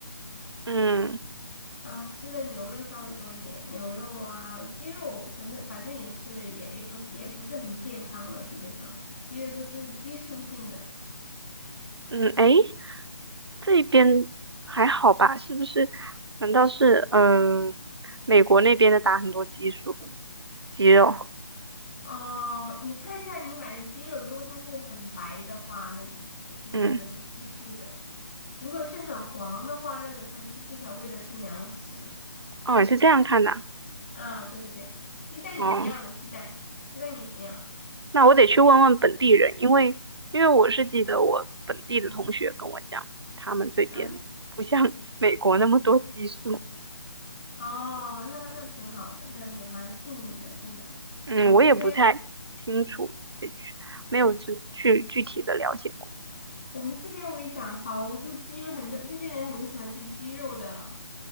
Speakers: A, on the right; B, on the left.
A: 嗯
B: 啊，吃的牛肉稍微多一点，牛肉啊，鸡肉，反正反正也是也也不是也不是很健康了，基本上鸡的都是激素性的。
A: 嗯，诶，这边还好吧？是不是？难道是嗯、呃美国那边的打很多激素肌肉？
B: 哦、你看一下你买的鸡肉，如果它是很白的话，那就是基本上都是激素的；
A: 嗯，
B: 如果是很黄的话，那种它就是至少喂的是粮食。
A: 哦，你是这样看的啊
B: 啊，对对对，鸡蛋也一样的，
A: 哦，
B: 鸡蛋鸡蛋也是一样的。
A: 那我得去问问本地人，因为因为我是记得我本地的同学跟我讲，他们这边不像
B: 嗯，
A: <laughs> 美国那么多激素。
B: 哦，那那挺好的，那也蛮幸运的，真的。
A: 嗯，
B: 我们这边。
A: 我也不太清楚，得去，没有具去具体的了解过。
B: 我们这边我跟你讲，好多鸡肉，很多这些人很喜欢吃鸡肉的，